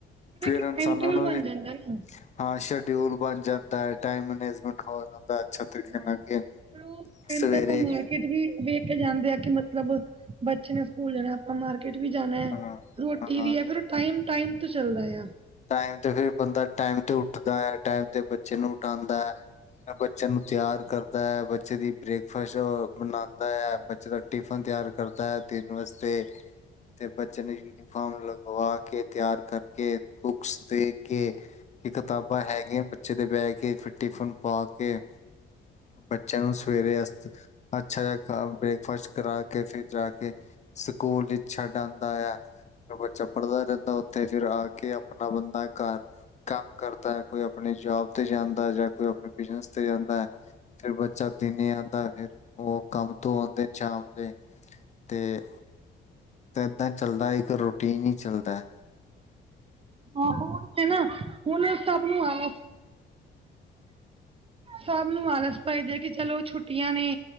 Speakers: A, on the left; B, on the right.
A: ਫਿਰ
B: ਇੱਕ
A: ਇਨਸਾਨਾਂ
B: ਟਾਈਮ ਟੇਬਲ
A: ਨੂੰ
B: ਬਣ
A: ਵੀ
B: ਜਾਂਦਾ ਨਾ।
A: ਹਾਂ ਸ਼ਡਿਊਲ ਬਨ ਜਾਂਦਾ ਹੈ, ਟਾਈਮ ਮੈਨੇਜਮੈਂਟ ਹੋ ਜਾਂਦਾ ਅੱਛਾ
B: <unintelligible>
A: ਤਰੀਕੇ ਨਾਲ ਕਿ
B: ਕਿਤੇ
A: ਸਵੇਰੇ
B: ਵੀ ਵੇਖ ਕੇ ਜਾਂਦੇ ਆ ਕਿ ਮਤਲਬ ਬੱਚੇ ਨੇ ਸਕੂਲ ਜਾਨਾ ਆਪਾਂ ਮਾਰ ਕੀਟ ਵੀ ਜਾਨਾ ਏ
A: ਹਾਂ
B: ਰੋਟੀ
A: ਹਾਂ
B: ਵੀ ਐ ਫਿਰ ਉਹ ਟਾਈਮ ਟਾਈਮ ਤੋਂ ਚੱਲਦਾ ਏ ਆ
A: ਟਾਈਮ ਤੇ ਫਿਰ ਬੰਦਾ ਟਾਈਮ ਤੇ ਉੱਠਦਾ ਐ ਟਾਈਮ ਤੇ ਬੱਚੇ ਨੂੰ ਉਠਾੰਦਾ ਐ ਬੱਚਿਆਂ ਨੂੰ ਤਿਆਰ ਕਰਦਾ ਐ, ਬੱਚੇ ਦੀ ਬ੍ਰੇਕਫਾਸਟ ਬਨਾਦਾ ਐ ਜਦੋ ਟਿਫਨ ਤਿਆਰ ਕਰਦਾ ਐ ਦਿਨ ਵਾਸਤੇ ਤੇ ਬੱਚੇ ਨੇ ਯੂਨੀਫਾਰਮ ਲਗਵਾ ਕੇ ਤਿਆਰ ਕਰਕੇ ਬੁੱਕਸ ਦੇਖ ਕੇ ਇਹ ਕਿਤਾਬਾਂ ਹੈਗੀਆਂ ਬੱਚੇ ਦੇ ਬੈਗ ਚ ਫਿਰ ਟਿਫਨ ਪਾ ਕੇ ਬੱਚਿਆਂ ਨੂੰ ਸਵੇਰੇ ਅ ਅੱਛਾ ਜੇਆ ਕਮ ਬ੍ਰੈਕਫਾਸਟ ਕਰਾ ਕੇ ਫਿਰ ਜਾ ਕੇ ਸਕੂਲ ਵਿੱਚ ਛੱਡ ਆਉਂਦਾ ਆ ਫਿਰ ਬੱਚਾ ਪੜ੍ਹਦਾ ਰਹਿੰਦਾ ਉੱਥੇ ਫਿਰ ਆ ਕੇ ਆਪਨਾ ਬੰਦਾ ਘਰ ਕੰਮ ਕਰਦਾ ਐ ਕੋਈ ਆਪਨੀ ਜੋਬ ਤੇ ਜਾਂਦਾ ਜਾਂ ਕੋਈ ਆਪਨੇ ਬਿਜਨਸ ਤੇ ਜਾਂਦਾ ਐ ਫਿਰ ਬੱਚਾ ਦਿਨੇ ਆੰਦਾ ਫਿਰ ਉਹ ਕੰਮ ਤੋਂ ਆਉਂਦੇ ਨੇ ਸ਼ਾਮ ਦੇ, ਤੇ ਤੇ ਏਦਾਂ ਚੱਲਦਾ ਏ ਇਕ ਰੂਟੀਨ ਈ ਚੱਲਦੈ।
B: ਹਾਂ ਓ ਨੇ ਨਾ ਉਨੇ ਸਭ ਨੂੰ ਆਲਸ
A: <inaudible>
B: ਸਭ ਨੂੰ ਆਲਸ ਪਏ ਦੇ ਕੀ ਚਲੋ ਛੁੱਟੀਆਂ ਨੇ